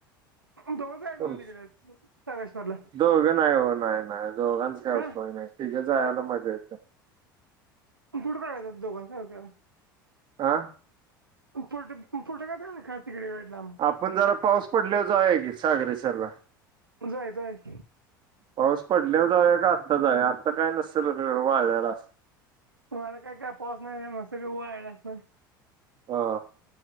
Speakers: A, on the right; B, on the right.
A: दोघं जायचं
B: तुम,
A: मग तिकडे सागेश्वरला
B: दोघं नाय हो नाय नाय दोघांचा काय
A: का
B: उपयोग नाय. ठीके जायला मजा येते,
A: पण कुठे काय जात, दोघांस त्याला
B: आ.
A: पुट पुलट का का <unintelligible> तिकडे वाइट लाब.
B: आपण जरा पाऊस पडलेव जाउया की, सागरेश्वर ला.
A: जायच की.
B: पाऊस पडल्याव जावूया का, आत्ता जावूया, आत्ता काय नसेल सगळ वाळल्याल अ
A: मला काही काय पाउस नाही, मंस्त पैकी वाळलेल्या असल.
B: हो.